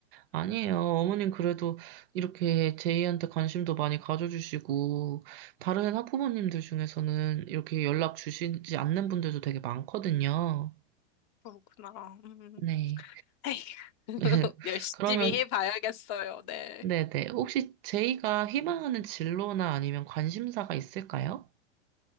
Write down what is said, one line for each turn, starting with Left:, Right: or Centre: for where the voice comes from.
Right: 아니에요. 어머님 그래도 이렇게 제이한테 관심도 많이 가져주시고, 다른 학부모님들 중에서는 이렇게 연락 주시지 않는 분들도 되게 많거든요.
Left: 그렇구나. 음.
Right: 네.
Left: 에이, <laughs>
Right: <laughs>
Left: 열심히
Right: 그러면,
Left: 해봐야겠어요. 네.
Right: 네네. 혹시 제이가 희망하는 진로나 아니면 관심사가 있을까요?